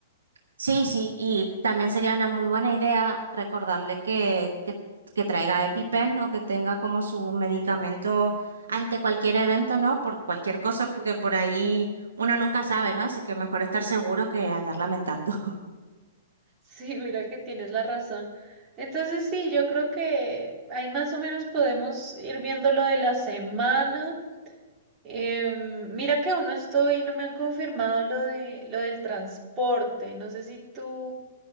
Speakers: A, on the right; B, on the right.
A: Sí, sí, y también sería una muy buena idea recordarle que, que, que traiga EpiPen o que tenga como su medicamento ante cualquier evento, ¿no? Por cualquier cosa, porque por ahí uno nunca sabe, ¿no? Así que mejor estar seguro que andar lamentando.
B: Sí, mira que tienes la razón. Entonces sí, yo creo que ahí más o menos podemos ir viendo lo de la semana. Em, mira que aún no estoy, no me han confirmado lo de lo del transporte. No sé si tú